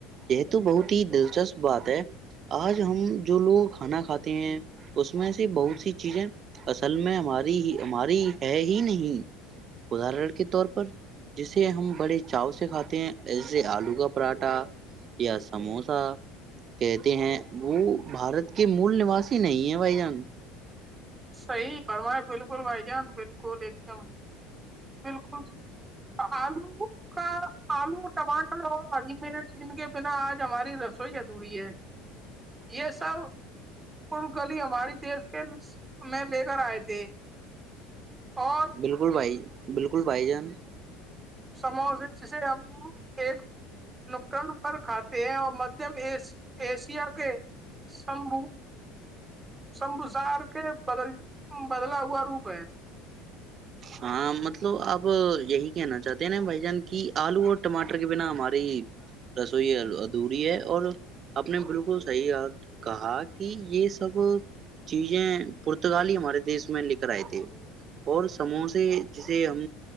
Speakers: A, on the right; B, on the right.
A: یہ تو بہت ہی دلچسپ بات ہے آج ہم جو لوگ کھانا کھاتے ہیں اس میں سے بہت سی چیزیں اصل میں ہماری ہی ہماری ہے ہی نہیں ادر کے طور جسے ہم بڑے چاؤ سے کھاتے ہیں جسے آلو کا پراٹھا یا سموسا کہتے ہیں وہ بھارت کے مول نواسی نہیں ہے بھائی جان
B: صحی برمائے بالکل بھائی جان بالکل ایک دم بالکل آلو کا آلو ٹماٹر اور ہری مرچ ان کے بنا آج ہماری رسوئی ادھوری ہے یہ سب پ گلی ہماری دیش کے میں لے کر آئے تھے اور
A: بالکل بھائی بالکل بھائی جان
B: سموس جسے ہم ایک نکن پر کھاتے ہیں اور مدھیم ایشیا کے شمبو سن گزار کے بدل بدلا ہوا روپ ہے
A: ہاں مطلب اب یہی کہنا چاہتے ہیں نا بھائی جان کی آلو اور ٹماٹر کے بنا ہماری رسوئی ادھوری ہے اور آپ نے بالکل صحیح کہا کہ یہ سب چیزیں پورتگالی ہمارے دیس میں لے کر آئے تھے اور سموسے جسے ہم